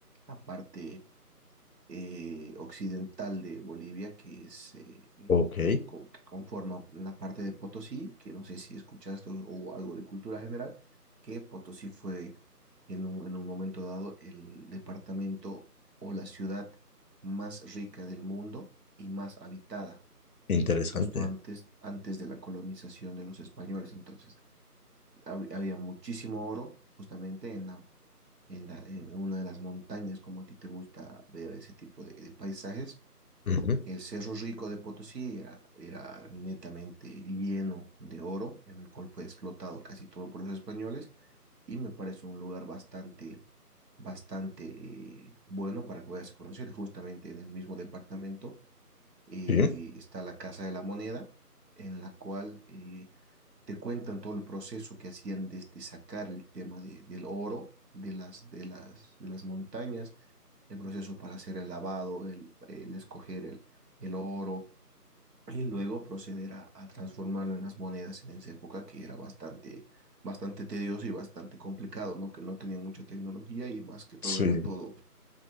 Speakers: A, on the right; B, on the left.
A: la parte eh, occidental de Bolivia, que es eh,
B: Ok,
A: co- que conforma la parte de Potosí, que no sé si escuchaste o, o algo de cultura general, que Potosí fue en un, en un momento dado el departamento o la ciudad más rica del mundo y más habitada.
B: interesante.
A: justo antes, antes de la colonización de los españoles. Entonces, hab- había muchísimo oro justamente en la, en la, en una de las montañas, como a ti te gusta ver ese tipo de, de paisajes.
B: Ujú,
A: El Cerro Rico de Potosí era, era netamente lleno de oro, en el cual fue explotado casi todo por los españoles y me parece un lugar bastante, bastante eh, bueno para que vayas a conocer, justamente en el mismo departamento eh,
B: Sí,
A: está la Casa de la Moneda, en la cual eh, te cuentan todo el proceso que hacían desde sacar el tema de- del oro de las, de las, de las montañas, el proceso para hacer el lavado, el, el escoger el, el oro y luego proceder a, a transformarlo en las monedas en esa época que era bastante, bastante tedioso y bastante complicado, ¿no? Que no tenían mucha tecnología y más que todo
B: sí,
A: era todo,